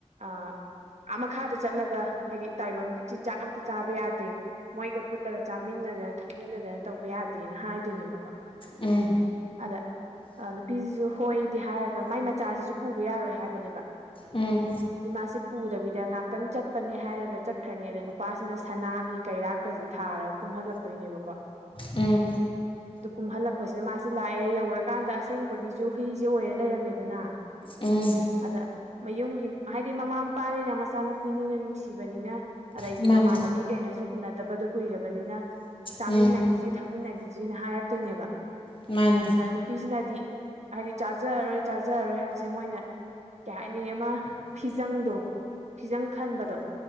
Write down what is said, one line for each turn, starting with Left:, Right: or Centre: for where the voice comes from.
Right: ꯑꯥ ꯃꯈꯥꯗ ꯆꯠꯂꯒ ꯍꯥꯏꯗꯤ ꯇꯥꯏꯕꯪꯒꯤ ꯆꯤꯟꯖꯥꯛ ꯑꯝꯇ ꯆꯥꯕ ꯌꯥꯗꯦ ꯃꯣꯏꯒ ꯄꯨꯜꯂꯒ ꯆꯥꯃꯤꯟꯅꯗꯅ ꯊꯛꯃꯤꯟꯅꯗꯅ ꯇꯧꯕ ꯌꯥꯗꯦꯅ ꯍꯥꯏꯗꯨꯣꯏꯅꯦꯕꯀꯣ
Left: ꯎ
Right: ꯑꯗ ꯅꯨꯄꯤꯁꯤꯁꯨ ꯍꯣꯏꯗꯤ ꯍꯥꯏꯔꯒ ꯃꯥꯏ ꯃꯆꯥꯁꯤꯁꯨ ꯄꯨꯕ ꯌꯥꯔꯣꯏ ꯍꯥꯏꯕꯅꯦꯕ
Left: ꯎꯝ
Right: ꯑꯗꯨꯏ ꯃꯥꯁꯦ ꯄꯨꯗꯕꯤꯗ ꯉꯥꯏꯍꯥꯛꯇꯪ ꯆꯠꯄꯅꯦ ꯍꯥꯏꯔꯒ ꯆꯠꯈ꯭ꯔꯅꯤ ꯑꯗ ꯅꯨꯄꯥꯁꯤꯅ ꯁꯅꯥꯒꯤ ꯀꯩꯔꯥꯛꯀꯁꯦ ꯊꯥꯔꯒ ꯀꯨꯝꯍꯜꯂꯛꯇꯣꯏꯅꯦꯕꯀꯣ
Left: ꯑ
Right: ꯑꯗꯨ ꯀꯨꯝꯍꯜꯂꯛꯄꯁꯤꯗ ꯃꯥꯁꯦ ꯂꯥꯛꯑꯦ ꯌꯧꯔꯀꯥꯟꯗ ꯑꯁꯦꯡꯕꯒꯤꯁꯨ ꯍꯨꯏꯁꯦ ꯑꯣꯏꯔꯦ ꯂꯩꯔꯝꯃꯦꯗꯅ
Left: ꯎꯝ
Right: ꯑꯗ ꯃꯌꯨꯝꯒꯤ ꯍꯥꯏꯗꯤ ꯃꯃꯥ ꯃꯄꯥꯅꯤꯅ ꯃꯆꯥꯅꯨꯄꯤꯅꯤꯅ ꯅꯨꯡꯁꯤꯕꯅꯤꯅ ꯑꯗꯩꯗꯤ
Left: ꯃꯥꯅꯦ
Right: ꯃꯃꯥꯟꯅꯕꯤ ꯀꯩꯅꯁꯨ ꯎꯅꯗꯕꯗꯣ ꯀꯨꯏꯔꯕꯅꯤꯅ ꯆꯥꯃꯤꯟꯅꯈꯤꯁꯤ
Left: ꯎꯝ
Right: ꯊꯛꯃꯤꯟꯅꯈꯤꯁꯤ ꯁꯤꯅ ꯍꯥꯏꯔꯛꯇꯣꯏꯅꯦꯕ
Left: ꯃꯥꯅꯦ
Right: ꯑ ꯅꯨꯄꯤꯁꯤꯅꯗꯤ ꯍꯥꯏꯗꯤ ꯆꯥꯖꯔꯔꯣꯏ ꯆꯥꯖꯔꯔꯣꯏ ꯍꯥꯏꯕꯁꯦ ꯃꯣꯏꯅ ꯀꯩ ꯍꯥꯏꯅꯤꯩ ꯑꯃ ꯐꯤꯖꯪꯗꯣ ꯐꯤꯖꯪ ꯈꯟꯕꯗꯣ